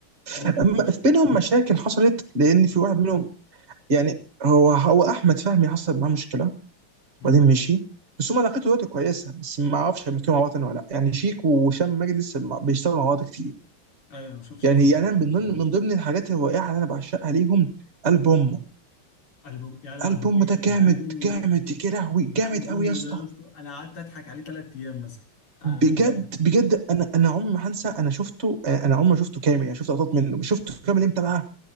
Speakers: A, on the left; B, on the right.
A: هم
B: أما-
A: بينهم مشاكل
B: في بينهم مشاكل حصلت لان في واحد منهم يعني هو هو احمد فهمي حصل معاه مشكله
A: امم
B: وبعدين مشي بس هم علاقته دلوقتي كويسه بس ما اعرفش هيمثلوا مع بعض تاني ولا لا يعني شيك وهشام مجدي لسه ما- بيشتغلوا مع بعض كتير
A: ايوه انا بشوف شيكو
B: يعني
A: هشام
B: يعني
A: ماجد
B: أنا من ضمن
A: ده
B: من ضمن الحاجات الرائعه اللي انا بعشقها ليهم البوم
A: البوم يا لهوي
B: البوم ده
A: من
B: جامد
A: البوم
B: جامد
A: ده
B: يا لهوي
A: من
B: جامد
A: البوم
B: قوي يا اسطى
A: ده يا اسطى انا قعدت اضحك عليه ثلاث ايام مثلا انا
B: بجد
A: بجد
B: بجد انا انا عمري ما هنسى انا شفته انا عمري ما شفته كامل يعني شفت لقطات منه شفته كامل امتى بقى